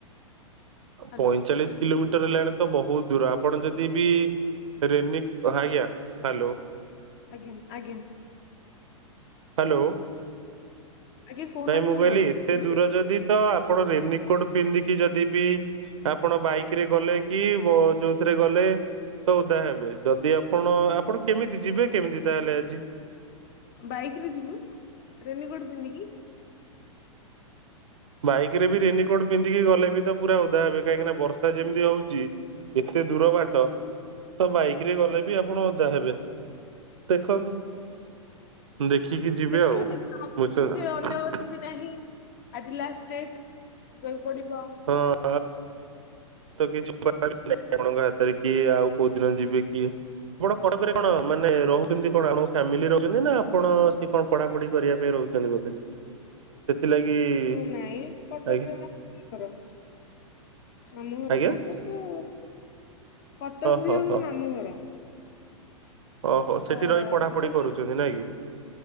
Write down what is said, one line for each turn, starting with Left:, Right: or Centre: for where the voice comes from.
Left: ହ୍ୟାଲୋ
Right: ପଇଁଚାଳିଶି କିଲୋମିଟର ହେଲାଣି ତ ବହୁତ୍ ଦୂର ଆପଣ ଯଦି ବି ରେନି ଆଜ୍ଞା ହ୍ୟାଲୋ
Left: ଆଜ୍ଞା ଆଜ୍ଞା।
Right: ହ୍ୟାଲୋ।
Left: ଆଜ୍ଞା କହୁନାହାନ୍ତି
Right: ନାଇଁ ମୁଁ
Left: ହ୍ୟାଲୋ
Right: କହିଲି ଏତେ
Left: ଶୁଭୁନି
Right: ଦୂର ଯଦି ତ ଆପଣ
Left: ଆଜ୍ଞା
Right: ରେନିକୋଟ୍ ପିନ୍ଧିକି ଯଦି ବି ଆପଣ ବାଇକ୍ ରେ ଗଲେ କି ଯୋଉଥିରେ ଗଲେ ତ ଓଦା ହେବେ ଯଦି ଆପଣ ଆପଣ କେମିତି ଯିବେ କେମିତି ତାହେଲେ ଆଜି?
Left: ବାଇକ୍ ରେ ଯିବୁ ରେନିକୋଟ୍ ପିନ୍ଧିକି।
Right: ବାଇକ୍ ରେ ବି ରେନିକୋଟ୍ ପିନ୍ଧିକି ଗଲେ ବି ତ ପୁରା ଓଦା ହେବେ କାହିଁକିନା ବର୍ଷା ଯେମିତି ହଉଛି। ଏତେ ଦୂର ବାଟ ତ ବାଇକ ରେ ଗଲେ ବି ଆପଣ ଓଦା ହେବେ। ଦେଖନ୍ତୁ ଦେଖିକି ଯିବେ
Left: ଦେଖିବା
Right: ଆଉ
Left: ସେଦିନ
Right: ବୁଝୁଚ
Left: କିଛି
Right: ନା।
Left: ଅନ୍ୟଗତି ନାହିଁ ଆଜି ଲାଷ୍ଟ୍ ଡେଟ୍ ଯିବାକୁ ପଡ଼ିବ।
Right: ହଁ। ତ କିଛି <unintelligible> ଆପଣଙ୍କ ହାତରେ କି ଆଉ କୋଉ ଦିନ ଯିବେ କିଏ ଆପଣ କଟକ ରେ କଣ ମାନେ ରହୁଛନ୍ତି କଣ <unintelligible> ଫ୍ୟାମିଲି ରହୁଛନ୍ତି ନା ଆପଣ ସେଠି କଣ ପଢ଼ାପଢ଼ି କରିବା ପାଇଁ ରହୁଛନ୍ତି ବୋଧେ? ସେଥିଲାଗି
Left: ହୁଁ ନାଇଁ କଟକରେ
Right: ଆଜ୍ଞା
Left: ମୁଁ ଘର ମାମୁଁ ଘର
Right: ଆଜ୍ଞା
Left: କଟକ। କଟକରେ
Right: ଓହୋ
Left: ହଉ
Right: ହୋ
Left: ମୋ ମାମୁଁ ଘର।
Right: ଓହୋ ସେଠି
Left: ତ
Right: ରହି ପଢ଼ାପଢ଼ି
Left: ସେଠି
Right: କରୁଛନ୍ତି ନାଇଁ କି?